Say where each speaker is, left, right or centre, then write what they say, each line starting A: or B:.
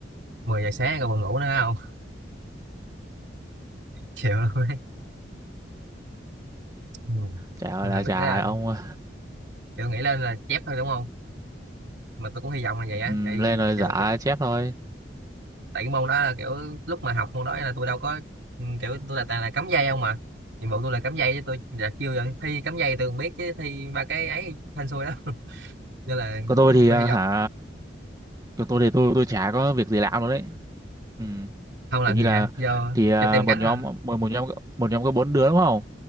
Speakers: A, on the right; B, on the right.
A: 10 giờ sáng còn buồn ngủ nữa không <laughs> chịu luôn ấy Ừ.
B: chả ơi
A: Thôi
B: là
A: mình nghĩ
B: chả
A: là
B: ông
A: kiểu nghĩ lên là chép thôi đúng không mà tôi cũng hy vọng là vậy á
B: Ừm,
A: tại vì
B: lên rồi
A: giờ
B: giả chép thôi
A: tại cái môn đó là kiểu lúc mà học môn đó là tôi đâu có ừ, kiểu tôi là toàn là cắm dây không mà nhiệm vụ tôi là cắm dây chứ tôi là chưa giờ thi cắm dây tôi không biết chứ thi ba cái ấy hên xui đó <laughs> nên là
B: còn
A: cũng
B: tôi thì
A: tôi
B: ờ,
A: hy vọng
B: hả còn tôi thì tôi tôi chả có việc gì làm luôn đấy Ừ.
A: không làm
B: kiểu như
A: gì
B: là
A: hả do
B: thì à,
A: cho tem
B: một
A: cánh
B: nhóm
A: hả
B: một, một nhóm một nhóm có bốn đứa đúng không